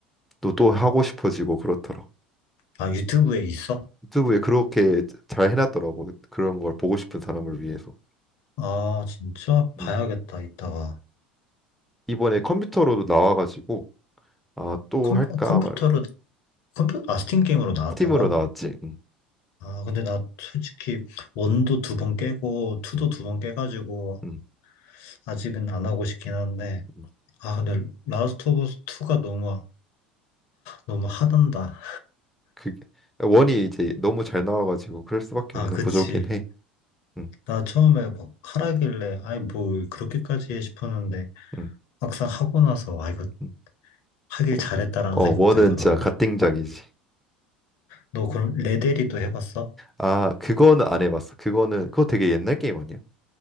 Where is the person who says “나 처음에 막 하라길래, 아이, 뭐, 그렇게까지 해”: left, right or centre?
Left